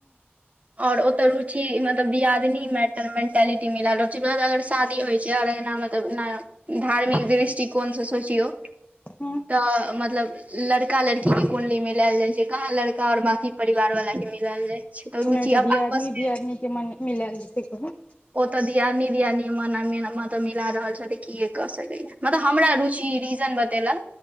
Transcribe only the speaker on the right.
आओर एतऽ रुचि, मतलब दियादनीमे मेंटालिटी मिलि रहल छै। जँ शादी होइ छै, तऽ एना न धार्मिक दृष्टि। दृष्ठि कोन से सोचियौ
त मतलब लड़का लड़की के। कुंडली मिलायल जाइ छै, कहाँ लड़का और बाकी परिवार वालके मिलायल जाय छै। रुचि
अब
आपस मे
ओतऽ दियादनी-दियादनीमे मतभेद मिलि रहल छथि, की करि सकै? मतलब हमरा रुचि र <unintelligible> बतैलक